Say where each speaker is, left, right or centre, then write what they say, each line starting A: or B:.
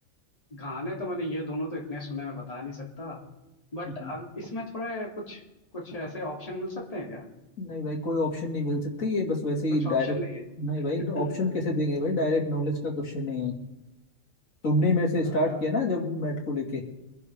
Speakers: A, on the left (about 25°); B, on the left (about 75°).
A: गाने तो मैंने ये दोनों तो इतने सुने मैं बता नहीं सकता बट
B: हम्म।
A: अब इसमें थोड़ा कुछ कुछ ऐसे ऑप्शन मिल सकते हैं क्या
B: नहीं भाई कोई ऑप्शन नहीं मिल सकती ये बस वैसे ही
A: कुछ ऑप्शन
B: डायरेक्ट
A: नहीं
B: नहीं भाई
A: है
B: ऑप्शन कैसे देंगे
A: <laughs>
B: भाई डायरेक्ट नॉलेज का क्वेश्चन नहीं है तुमने ही मेरे से
A: अ,
B: स्टार्ट किया ना जब भी मैट को लेके